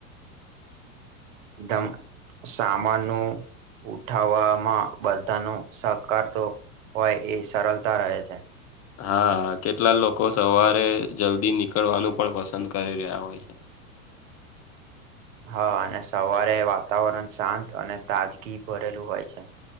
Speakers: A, on the left (about 35°); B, on the right (about 60°).
A: <inaudible>
B: ધમ સામાન નું ઉઠાવામાં બધા નું સહકાર તો હોય એ સરલતા રહે છે.
A: હા. કેટલા લોકો સવારે જલ્દી નીકળવાનું પણ પસંદ કરી રહ્યા હોય છે.
B: હા. અને સવારે વાતાવરણ શાંત અને તાજગી ભરેલું હોય છે.